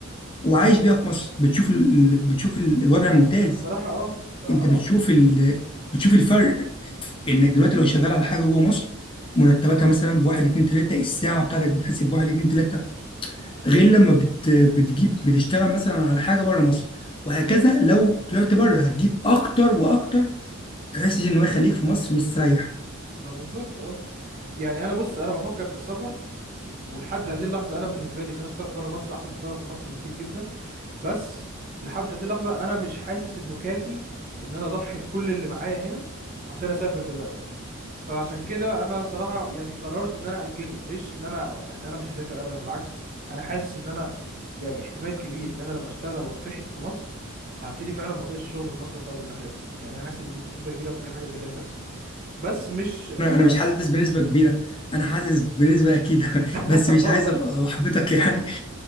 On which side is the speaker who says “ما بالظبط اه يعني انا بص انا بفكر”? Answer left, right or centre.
Right